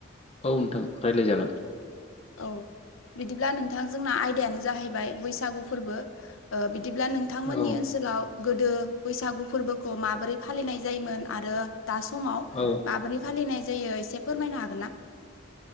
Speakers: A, on the left; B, on the left.
A: औ नोंथां रायज्लाय जागोन।
B: औ बिदिब्ला नोंथां जोंना आयदायानो जाहैबाय बैसागु फोरबो बिदिब्ला ओ नों नोंथांमोननि
A: औ
B: ओनसोलाव गोदो बैसागु फोरबोखौ माबोरै फालिनाय जायोमोन आरो दा समाव
A: औ
B: माब्रै फालिनाय जायो एसे फोरमायनो हागोन ना?